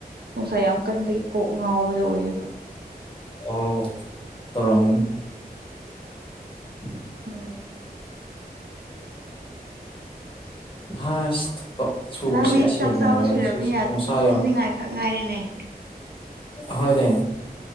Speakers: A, on the right; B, on the left.
A: ꯅꯨꯡꯁꯥ ꯌꯥꯝ ꯀꯟꯕꯒꯤ ꯀꯣꯛ ꯉꯥꯎꯕꯗꯣ ꯑꯣꯏꯌꯦꯕ
B: ꯑꯣ ꯇꯧꯔꯝꯒꯅꯤ <inaudible>
A: ꯎꯝ
B: ꯍꯥꯁ ꯊꯄꯛ ꯁꯨꯕꯁꯦ
A: ꯅꯪꯗꯤ
B: ꯑꯁ
A: ꯆꯥꯛ
B: ꯌꯥꯝ
A: ꯆꯥꯕ
B: ꯋꯥꯌꯦ
A: ꯁꯣꯏꯂꯔꯕꯅꯤꯅ
B: ꯉꯁꯤꯁꯦ ꯅꯨꯡꯁꯥ
A: ꯇꯨꯝꯅꯤꯡꯉꯥꯏ
B: ꯌꯥꯝ
A: ꯈꯛ ꯉꯥꯏꯔꯦꯅꯦ
B: ꯍꯣꯏꯅꯦ